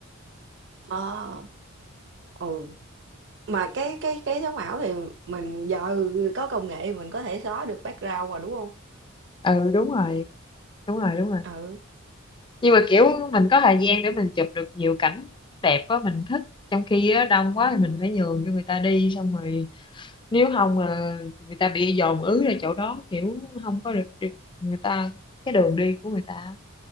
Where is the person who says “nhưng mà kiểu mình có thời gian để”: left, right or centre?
Left